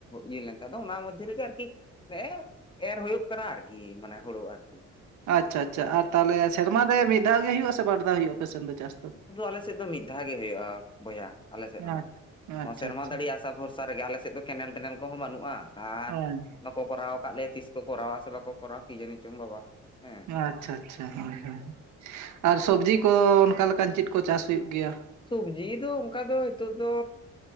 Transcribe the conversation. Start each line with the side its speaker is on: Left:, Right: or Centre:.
Left: ᱤᱭᱟᱹ ᱞᱮᱱ ᱟᱫᱚ ᱚᱱᱟ ᱢᱚᱫᱽᱫᱷᱮ ᱟᱨᱠᱤ ᱱᱮᱮ ᱮᱨ ᱦᱩᱭᱩᱜ ᱠᱟᱱᱟ ᱟᱨᱠᱤ ᱢᱟᱱᱮ ᱦᱩᱲᱩ ᱟᱨᱠᱤ ᱾
Right: ᱟᱪᱪᱷᱟ ᱟᱪᱪᱷᱟ ᱟᱨ ᱛᱟᱞᱦᱮ ᱥᱮᱨᱢᱟ ᱨᱮ ᱢᱤᱫ ᱫᱷᱟᱣ ᱜᱮ ᱦᱩᱭᱩᱜ ᱟ ᱥᱮ ᱵᱟᱨ ᱫᱷᱟᱣ ᱦᱩᱭᱩᱜ-ᱟ ᱟᱯᱮ ᱥᱮᱱ ᱫᱚ ᱪᱟᱥ ᱫᱚ?
Left: ᱟᱞᱮ ᱥᱮᱫ ᱫᱚ ᱢᱤᱫ ᱫᱷᱟᱣ ᱜᱮ ᱦᱩᱭᱩᱜᱼᱟ ᱵᱚᱭᱦᱟ ᱟᱞᱮᱥᱮᱫ
Right: ᱟᱪᱪᱷᱟ
Left: ᱦᱚ ᱱᱚᱣᱟ ᱥᱮᱨᱢᱟ
Right: ᱟᱪᱪᱷᱟ
Left: ᱫᱟᱲᱮᱭᱟᱜ ᱟᱥᱟ ᱵᱷᱚᱨᱥᱟ ᱨᱮᱜᱮ ᱟᱞᱮᱥᱮᱫ ᱫᱚ ᱠᱮᱱᱮᱞ ᱴᱮᱱᱮᱞ ᱠᱚᱦᱚ ᱵᱟᱹᱱᱩᱜ-ᱟ᱾ ᱟᱨ
Right: ᱦᱳᱭ
Left: ᱵᱟᱠᱚ ᱠᱚᱨᱟᱣ ᱟᱠᱟᱫ ᱞᱮᱭᱟ ᱛᱤᱥ ᱠᱚ ᱠᱚᱨᱟᱣᱟ ᱥᱮ ᱵᱟᱠᱚ ᱠᱚᱨᱟᱣᱟ ᱠᱤᱡᱟᱱᱤᱪᱚᱝ ᱵᱟᱵᱟ᱾ ᱦᱮᱸ
Right: ᱟᱪᱪᱷᱟ ᱟᱪᱪᱷᱟ ᱦᱳᱭ ᱦᱳᱭ ᱟᱨ ᱥᱚᱵᱽᱡᱤ ᱠᱚ ᱚᱱᱠᱟᱞᱮᱠᱟᱱ ᱪᱮᱫ ᱠᱚ ᱪᱟᱥ ᱦᱩᱭᱩᱜ ᱜᱮᱭᱟ?
Left: ᱥᱚᱵᱽᱡᱤ ᱫᱚ ᱚᱱᱠᱟ ᱫᱚ ᱱᱤᱛᱚᱜ ᱫᱚ